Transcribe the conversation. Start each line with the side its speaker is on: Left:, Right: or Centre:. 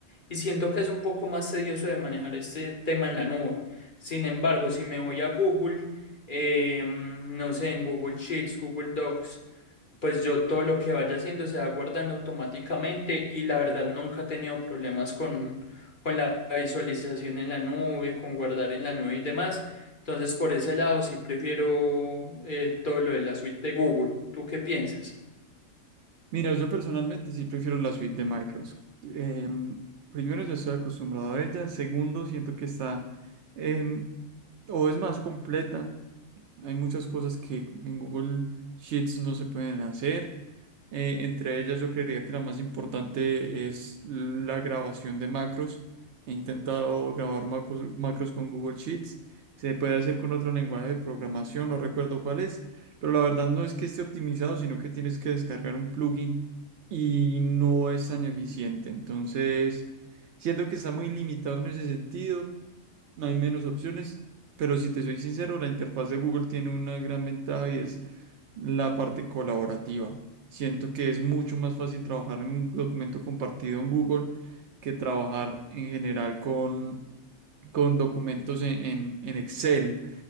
Left: y siento que es un poco más tedioso de manejar este tema en la nube. Sin embargo, si me voy a Google, eh, mm, no sé, en Google Sheets, Google Docs, pues yo todo lo que vaya haciendo se va guardando automáticamente y la verdad nunca he tenido problemas con, con la visualización en la nube, con guardar en la nube y demás. Entonces por ese lado sí prefiero eh, todo lo de la suite de Google. ¿Tú qué piensas?
Right: Mira, yo personalmente sí prefiero la suite de Microsoft. Em, primero, ya estoy acostumbrado a ella. Segundo, siento que está em, o es más completa. Hay muchas cosas que en Google Sheets no se pueden hacer. Eh, entre ellas yo creería que la más importante es la grabación de macros. He intentado grabar macros, macros con Google Sheets. Se puede hacer con otro lenguaje de programación, no recuerdo cuál es, pero la verdad no es que esté optimizado, sino que tienes que descargar un plugin y no es tan eficiente. Entonces, siento que está muy limitado en ese sentido, hay menos opciones, pero si te soy sincero, la interfaz de Google tiene una gran ventaja y es la parte colaborativa. Siento que es mucho más fácil trabajar en un documento compartido en Google que trabajar en general con, con documentos en, en- en Excel.